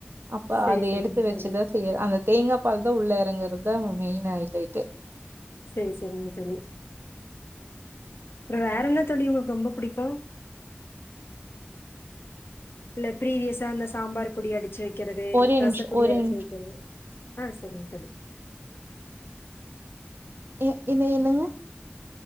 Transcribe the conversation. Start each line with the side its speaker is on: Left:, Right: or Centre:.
Right: அப்ப
Left: சரி
Right: அது
Left: சரிங்க
Right: எடுத்து வச்சுதா
Left: தோழி
Right: செய்ய அந்த தேங்காப் பால் தா உள்ள எறங்குறதுதா மெயின் ஹைலைட்டே
Left: செரி செரிங்க தோழி அப்றொ வேற என்ன தோழி உங்களுக்கு ரொம்ப புடிக்கு இல்ல ப்ரீவியஸா அந்த சாம்பார் பொடி அடுச்சு வ க்கிறது
Right: ஒரே
Left: ரசப்பொடி
Right: நிமிஷம் ஒரே நிமிஷம்.
Left: அரச்சு வக்கிறது ஆ செரிங்க தோழி
Right: ஏ இத என்னங்க